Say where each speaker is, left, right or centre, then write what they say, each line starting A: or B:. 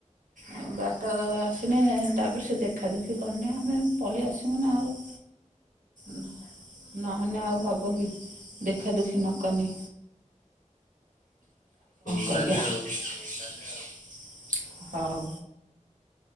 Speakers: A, on the right; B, on the left.
A: ଆଉ ବାଟ ଆସିନି ତାପରେ ସେ ଦେଖାଦୁଖି କରିନେ ଆମେ ପଳେଇ ଆସିବୁ ନା ଆଉ। ନ ନହେନେ ଆଉ ହବ କି ଦେଖା ଦୁଖି ନକନେ।
B: ହଉ
A: କରିବା
B: ତାହେଲେ ଆଉ।
A: ହେନାନି ଆଉ। ହଉ।